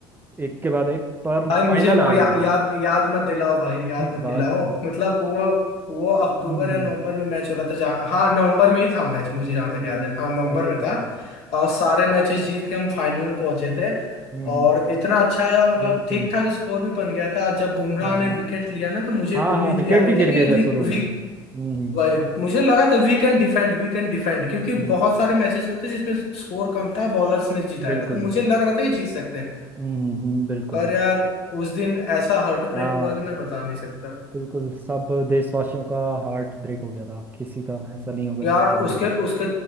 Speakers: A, on the right; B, on the left.
A: एक के बाद एक पर
B: भाई मुझे
A: फाइनल
B: वो
A: हार
B: या,
A: गए थे
B: याद याद मत दिलाओ भाई याद
A: <laughs> बस
B: मत दिलाओ
A: बस
B: मतलब वो वो अक्टूबर
A: हम्म
B: या नवंबर में मैच हो रहा था जहाँ हाँ नवंबर में ही था मैच मुझे जहाँ
A: हम्म
B: तक
A: हम्म,
B: याद है हाँ नवंबर
A: ऐसा
B: में
A: कुछ
B: था
A: था
B: और सारे मैचेस जीत के हम फाइनल में पहुंचे थे
A: हम्म
B: और
A: हम्म,
B: इतना अच्छा मतलब
A: बिल्कुल
B: ठीक ठाक स्कोर भी बन गया था जब बुमराह
A: हाँ
B: ने
A: हाँ
B: विकेट लिया ना तो मुझे
A: हाँ
B: उम्मीद
A: हाँ विकेट
B: भी आ गई
A: भी गिर
B: थी कि
A: गए
B: वी,
A: थे शुरू
B: वी,
A: में हम्म हम्म
B: वही मुझे लगा था we can defend we can defend क्योंकि
A: हम्म,
B: बहुत सारे मैचेस होते जिसमें स्कोर कम था बॉलर्स ने जिताया
A: बिल्कुल
B: था तो मुझे लग रहा था कि जीत सकते हैं
A: हम्म हम्म, हम्म, बिल्कुल
B: पर यार उस दिन ऐसा हार्ट ब्रेक
A: हाँ
B: हुआ कि मैं बता नहीं सकता
A: बिल्कुल सब देशवासियों का हार्ट ब्रेक हो गया था किसी का ऐसा नहीं होगा
B: यार
A: जिसका नहीं मिला
B: उसके उसके